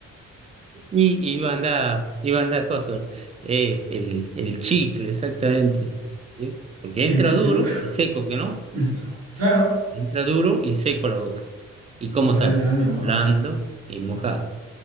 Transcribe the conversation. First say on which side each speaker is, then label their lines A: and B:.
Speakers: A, on the right; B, on the right.
A: Y, y banda, y banda cosas eh, el, el chicle, exactamente. ¿sí? Porque
B: El
A: entra
B: chicle.
A: duro y seco, que no.
B: <laughs> Claro,
A: Entra duro y seco la boca. ¿Y cómo
B: y sale
A: sale?
B: blando y mojado.
A: Blando y mojado.